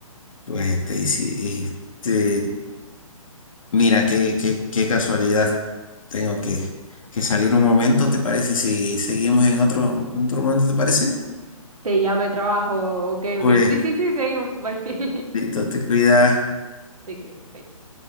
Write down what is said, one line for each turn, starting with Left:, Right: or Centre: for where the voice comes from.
Left: Pues este, y sí, este, mira, qué, qué, qué casualidad. Tengo que, que salir un momento, ¿te parece? Si seguimos en otro, en otro momento, ¿te parece?
Right: Te llama el trabajo. Ok,
Left: Pues,
Right: ok. Sí, sí, sí, seguimos. Bye.
Left: listo,
Right: <laughs>
Left: te cuidas.
Right: Te cuidas. Bye.